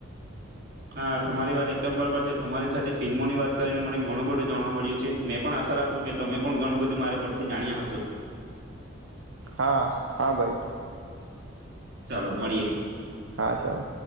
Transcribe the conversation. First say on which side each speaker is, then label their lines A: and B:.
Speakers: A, on the right; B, on the right.
A: હા તમારી વાત એકદમ બરોબર છે તમારી સાથે ફિલ્મોની વાત કરીને મને ઘણું બધું જાણવા મળ્યું છે મેં પણ આશા રાખું કે તમે પણ ઘણું બધું મારા પરથી જાણ્યા હશો
B: હા હા ભાઈ
A: ચાલો મળીએે
B: હા ચાલો